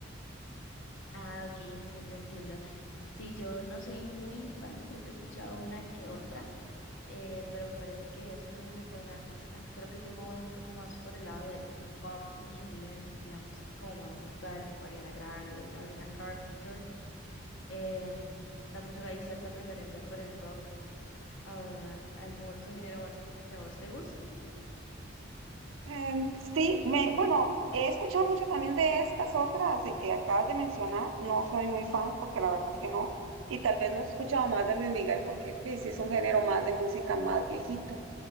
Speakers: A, on the left; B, on the right.
A: Ah, ok, entiendo, entiendo. Sí, yo no soy muy fan, creo que he escuchado una que otra, eh, pero me parece que es muy buen artista. Creo que yo me voy un poco más por el lado del pop en inglés y la música como más actual, tipo Ariana Grande, Sabrina Carpenter. Em, también tengo ahí cierta preferencia por el rock. ah, ¿algún otro género o artista que a vos te guste?
B: Em, sí, me, bueno, he escuchado mucho también de estas otras en que acabas de mencionar. No soy muy fan porque la verdad es que no. Y tal vez no he escuchado más de Luis Miguel porque sí, sí es un género más de música más viejita.